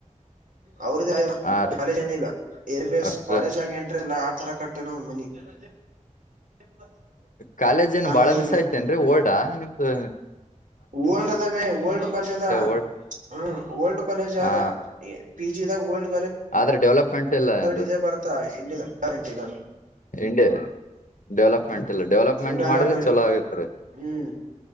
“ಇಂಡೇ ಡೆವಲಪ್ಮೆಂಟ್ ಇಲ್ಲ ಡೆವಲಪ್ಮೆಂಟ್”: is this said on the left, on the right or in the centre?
Left